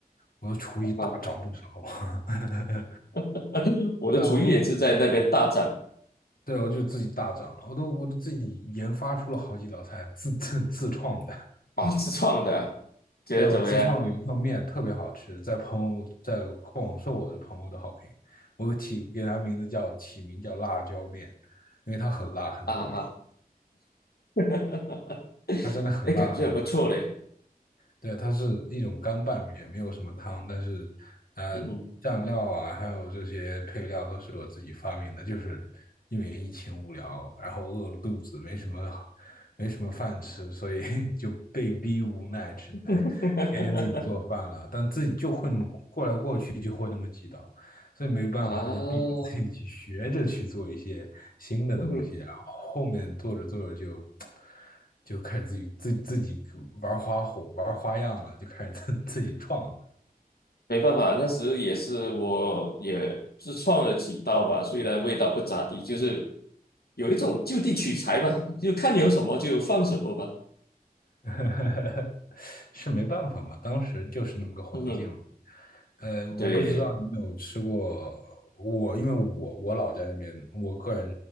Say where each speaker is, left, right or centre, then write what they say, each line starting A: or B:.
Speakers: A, on the left; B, on the left.
A: 我的厨艺大涨不少啊。
B: 啊。
A: <laughs>
B: <laughs> 我的厨艺也是在那边大展
A: 对啊，我都对，我就自己大涨了，我都我都自己研发出了好几道菜，自自自创的。
B: <laughs> 啊，自创的啊觉得怎么样？
A: 对，我自创了有一条面，特别好吃，在朋友在广受我的朋友的好评。我起给它名字叫起名叫辣椒面，因为它很辣，很过瘾。
B: 啊哈，<laughs>
A: 它真的很辣，
B: 哎，感觉很不错嘞。
A: 很过瘾。对，它是一种干拌面，没有什么汤，但是呃，
B: 嗯，
A: 蘸料啊，还有这些配料都是我自己发明的，就是因为疫情无聊，然后饿了肚子，没什么没什么饭吃，所以 <laughs> 就被逼无奈，只能天天自己做饭了。
B: <laughs>
A: 但自己就会那么过来过去，就会那么几道。所以没办法，
B: 啊，
A: 就逼着自己去学着去做一些新的东西，
B: 嗯
A: 然后后面做着做着就就开始自己自自己玩花火、玩花样了，就开始自自己创了，
B: 没办法，那时也是我也自创了几道吧，虽然味道不咋地，就是有一种就地取材吧，就看有什么就放什么吧。
A: <laughs> 是没办法嘛，当时就是那么个环境了。
B: 嗯，
A: 呃，我不知道你有吃过我，
B: 对，
A: 因为我我老家那边，我个人